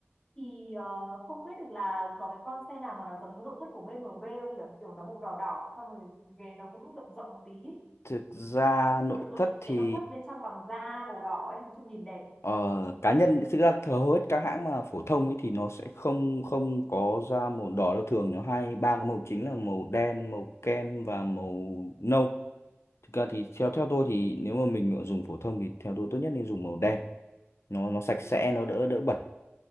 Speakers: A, on the left; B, on the left.
A: thì ờ, không biết được là có cái con xe nào mà nó giống cái nội thất của BMW không nhỉ? Kiểu nó màu đỏ đỏ xong rồi ghế nó cũng rộng rộng một tí. ấy.
B: thực ra nội
A: Kiểu tôi
B: thất
A: thích
B: thì
A: cái nội thất bên trong bằng da màu đỏ ấy, nói chung nhìn đẹp.
B: ờ, cá nhân thực ra thờ hầu hết các hãng mà phổ thông ấy thì nó sẽ không không có ra màu đỏ đâu thường nó hai ba cái màu chính là màu đen màu kem và màu nâu thực ra thì theo theo tôi thì nếu mà mình dùng phổ thông thì theo tôi tốt nhất nên dùng màu đen nó nó sạch sẽ nó đỡ đỡ bẩn